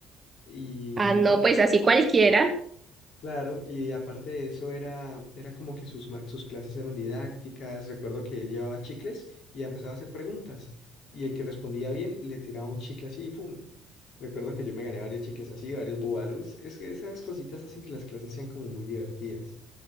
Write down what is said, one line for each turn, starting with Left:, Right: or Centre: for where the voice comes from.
Left: Y,
Right: Ah, no,
Left: y
Right: pues así cualquiera.
Left: Claro, y aparte de eso era, era como que sus, ma- sus clases eran didácticas, recuerdo que él llevaba chicles y empezaba a hacer preguntas y el que respondía bien le tiraba un chicle así y ¡pum! Recuerdo que yo me gané varios chicles así, varios bubalus, es que esas cositas hacen que las clases sean como muy divertidas.